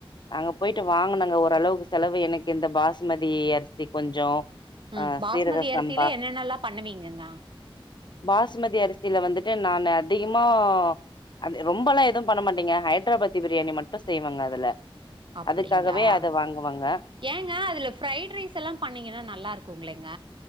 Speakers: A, on the left (about 50°); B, on the right (about 60°).
A: அங்க போய்ட்டு வாங்குனங்க ஓரளவுக்கு செலவு எனக்கு இந்த பாஸ்மதி அரிசி கொஞ்சோ
B: ம்
A: ஆ
B: பாஸ்மதி
A: சீரக
B: அரிசிலே
A: சம்பா
B: என்னென்னலா பண்ணுவீங்கங்க
A: பாசுமதி அரிசில வந்துட்டு நானு அதிகமா அது ரொம்பலா எதும் பண்ண மாட்டீங்க ஹைட்ராபாத்தி பிரியாணி மட்டு செய்வேங்க அதுல
B: அப்டிங்களா
A: அதுக்காகவே அத வாங்குவங்க
B: ஏங்க அதில ஃப்ரைட் ரைஸ் எல்லாம் பண்ணிங்கன்னா நல்லாருக்குங்களேங்க